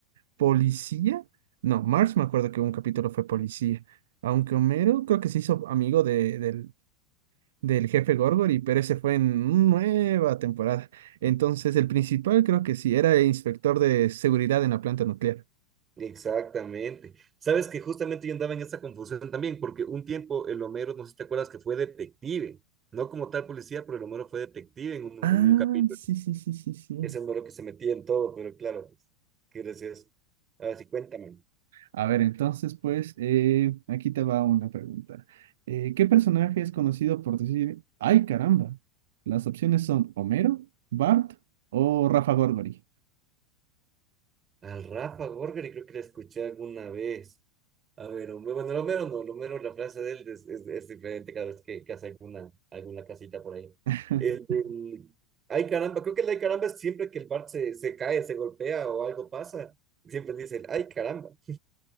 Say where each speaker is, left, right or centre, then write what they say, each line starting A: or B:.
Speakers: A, on the right; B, on the right.
A: policía, no, Mars me acuerdo que un capítulo fue policía. Aunque Homero creo que se hizo amigo de, del, del jefe Gorgory, pero ese fue en nueva temporada. Entonces, el principal creo que sí, era el inspector de seguridad en la planta nuclear.
B: Exactamente. Sabes que justamente yo andaba en esa confusión también, porque un tiempo el Homero, no sé si te acuerdas, que fue detective, no como tal policía, pero el Homero fue detective en un,
A: Ah,
B: en un capítulo.
A: sí, sí, sí, sí, sí.
B: Es el Homero que se metía en todo, pero claro, pues, qué gracioso. A ver, sí, cuéntame.
A: A ver, entonces, pues, eh, aquí te va una pregunta. Eh, ¿qué personaje es conocido por decir, ay caramba? Las opciones son Homero, Bart o Rafa Gorgori.
B: Al Rafa Gorgari creo que la escuché alguna vez. A ver, Homero- bueno, el Homero no, el Homero, la frase de él es, es- es diferente cada vez que, que hace alguna, alguna casita por ahí.
A: <laughs>
B: El, del ay caramba, creo que el ay caramba es siempre que el Bart se, se cae, se golpea o algo pasa, siempre dice el ay caramba. <laughs>